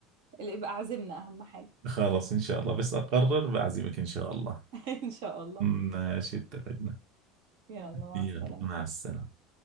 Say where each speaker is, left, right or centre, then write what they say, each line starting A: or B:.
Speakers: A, on the right (about 75°); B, on the right (about 45°).
A: اللي يبقى عزمنا اهم حاجة
B: خلاص ان شاء الله بس اقرر بعزمك ان شاء الله
A: <laughs> ان شاء الله
B: ماشي اتفقنا
A: يلا مع
B: يلا
A: السلامة
B: مع السلامة